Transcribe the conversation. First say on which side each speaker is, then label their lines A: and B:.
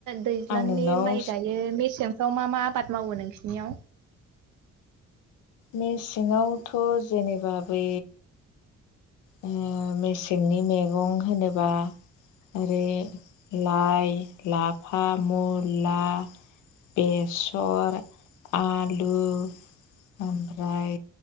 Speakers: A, on the right; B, on the left.
A: दैज्लांनि
B: आं नोंनाव
A: माइ गायो मेसेंफ्राव मा मा आबाद मावो नोंसिनियाव
B: मेसेङावथ' जेनेबा बे ओ मेसेंनि मेगं होनोबा आरो लाइ लाफा मुला बेसर आलु ओमफ्राय